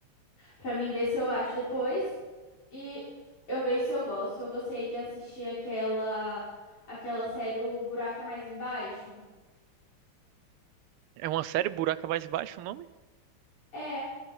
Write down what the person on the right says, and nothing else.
É uma série Buraco é Mais Baixo, o nome?